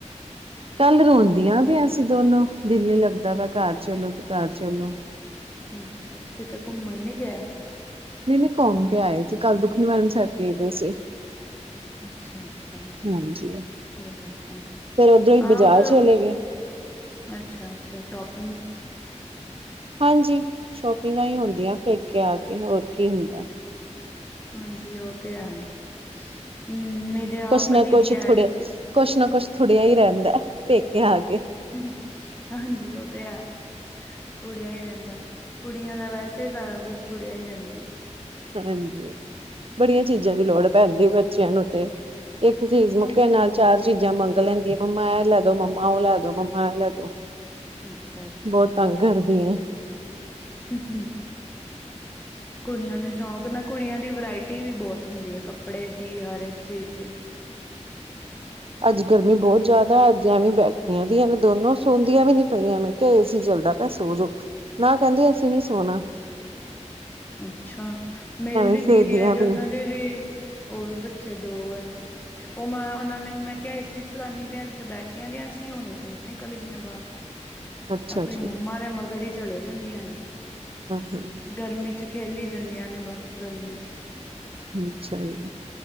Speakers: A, on the right; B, on the left.
A: ਕੱਲ ਰੋਂਦੀਆਂ ਪਈਆਂ ਸੀਂ ਦੋਨੋਂ, ਦਿਲ ਨੀਂ ਲੱਗਦਾ ਪਯਾ ਘਰ ਚਲੋ ਤੇ ਘਰ ਚਲੋ।
B: ਅੱਛਾ, ਅੱਛ, ਕਿਤੇ ਘੁੰਮਣ ਨੀਂ ਗੈ?
A: ਨਈਂ ਨਈਂ, ਘੋਮ ਤੇ ਆਏ ਸੀ। ਕੱਲ ਦੁਖ ਨਿਵਾਰਨ ਸਾਹਿਬ ਗਏ ਦੇ ਸੀ।
B: ਅੱਛਾ-ਅੱਛਾ,
A: ਹਾਂਜੀ
B: ਠੇਕ ਆ।
A: ਫੇਰ ਉਧਰੋਂ ਹੀ
B: ਹਾਂ
A: ਬਾਜ਼ਾਰ
B: ਫਿਰ
A: ਚਲੇ ਗਏ
B: ਅੱਛਾ-ਅੱਛਾ, ਸ਼ੋਪਿੰਗ
A: ਹਾਂਜੀ, ਸ਼ੋਪਿੰਗਾਂ ਈ ਹੁੰਦੀਆਂ ਪੇਕੇ ਆ ਕੇ, ਹੋਰ ਕੀ ਹੁੰਦਾ।
B: ਹਾਂਜੀ ਓ ਤੇ ਹੈ। ਹਂ, ਮੇਰੇ
A: ਕੁਛ
B: ਆਪ
A: ਨਾ
B: ਦੀਦੀ
A: ਕੁਛ
B: ਆਏ
A: ਥੋੜੇ
B: ਦੇ ਸੀ।
A: ਕੁਛ ਨਾਂ ਕੁੱਛ ਥੁੜਿਆ ਈ ਰੈਂਦਾ, ਪੇਕੇ ਆ ਕੇ।
B: ਹਂ, ਹਾਂਜੀ। ਓ ਤੇ ਹੈ। ਥੁੜਿਆ ਈ ਰੈਂਦਾ। ਕੁੜੀਆਂ ਦਾ ਵੈਸੇ ਈ ਸਾਰਾ ਕੁਛ ਥੁੜਿਆ ਈ ਰੈਂਦਾ।
A: ਹਾਂਜੀ, ਬੜੀਆਂ
B: ਹਮ।
A: ਚੀਜ਼ਾਂ ਦੀ ਲੋੜ ਐ ਭੈਂਜੀ ਬੱਚਿਆਂ ਨੂੰ ਤੇ। ਇੱਕ ਚੀਜ਼ ਮੁੱਕੇ
B: ਹਾਂਜੀ।
A: ਨਾਲ ਚਾਰ ਚੀਜ਼ਾਂ ਮੰਗ ਲੈਂਦੀਆਂ, ਮੰਮਾ ਐ ਲੈ ਦੋ, ਮੰਮਾ ਓ ਲੈ ਦੋ, ਮੰਮਾ ਐ ਲੈ ਦੋ।
B: ਅੱਛਾ ਅੱਛਾ
A: ਬੋਤ ਤੰਗ ਕਰਦੀਆਂ ਐਂ।
B: ਹਂ, ਹਂ।
A: <inaudible>
B: ਕੁੜੀਆਂ ਨੂੰ ਸ਼ੌਂਕ ਨਾ ਕੁੜੀਆਂ ਦੀ ਵਰਾਇਟੀ ਵੀ ਬੋਤ ਹੁੰਦੀ ਐ ਕੱਪੜੇ ਦੀ, ਹਰ ਇੱਕ ਚੀਜ਼ ਦੀ।
A: ਅੱਜ ਗਰਮੀ ਬੋਤ ਜ਼ਿਆਦਾ, ਅੱਜ ਐਵੇਂ ਬੈਠੀਆਂ ਦੀਆਂ ਨੇ ਦੋਨੋਂ। ਸੋਦੀਆਂ ਵੀ ਨੀ ਪਈਆਂ ਮੈਂ ਕਿਆ ਏ ਸੀ ਚਲਦਾ ਪਿਆ ਸੋ ਜੋੋ। ਨਾਂ ਕੈਂਦੀਆਂ ਅਸੀਂ ਨੀ ਸੋਣਾਂ।
B: ਅੱਛਾ, ਮੇਰੀ
A: ਐਵੇਂ
B: ਵੀ
A: ਫੇਰਦੀਆਂ
B: ਦੀਦੀ ਆਏ ਤੇ
A: ਪਈਆਂ
B: ਓਨਾਂ ਦੇ ਵੀ ਓ ਵੀ ਬੱਚੇ ਦੋ ਐ। ਓ ਮੈਂ ਓਨਾਂ ਨੇ ਮੈਂ ਕਿਆ ਏ ਸੀ ਚਲਾਨੀ ਪਈ ਏਥੇ ਬੈਠੀਆਂ ਦੀਆਂ ਸੀ। ਹੁਣੇ ਫੇਰ ਨਿਕਲ਼ ਗਈਆਂ ਬਾਰ।
A: <inaudible>
B: ਆਪਣੀਂ
A: ਜੀ
B: ਮੰਮਾ ਦੇ ਮਗਰ ਈ ਚਲੇ ਜਾਂਦੀਆਂ ਨੇ।
A: ਹਮ ਹਮ
B: ਗਰਮੀ ਚ ਖੇਲੀ ਜਾਂਦੀਆਂ ਨੇ ਬਸ, ਗਰਮੀਂ ਚ।
A: ਅੱਛਾ ਜੀ,